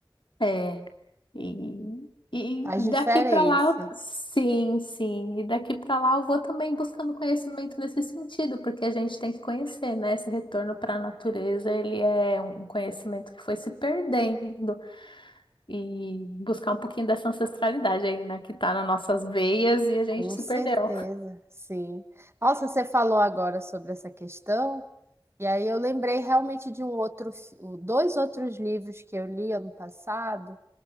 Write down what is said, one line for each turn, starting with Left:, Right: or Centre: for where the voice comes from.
Left: É, e, e
Right: faz diferença.
Left: daqui para lá, eu- sim, sim. E daqui para lá eu vou também buscando conhecimento nesse sentido, porque a gente tem que conhecer, né? Esse retorno para a natureza, ele é um conhecimento que foi se perdendo e buscar um pouquinho dessa ancestralidade aí, né? Que tá nas nossas veias e a gente
Right: Com
Left: se
Right: certeza,
Left: perdeu.
Right: sim. Nossa, você falou agora sobre essa questão, e aí eu lembrei realmente de um outro, fi- dois outros livros que eu li ano passado